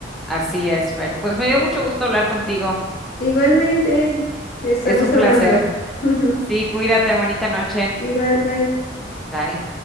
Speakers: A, in the centre; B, on the left.
A: Así es, Fer. Pues me dio mucho gusto hablar contigo.
B: Igualmente, estamos
A: Es un placer.
B: hablando. <laughs>
A: Sí, cuídate, bonita noche.
B: Igual, bye.
A: Bye.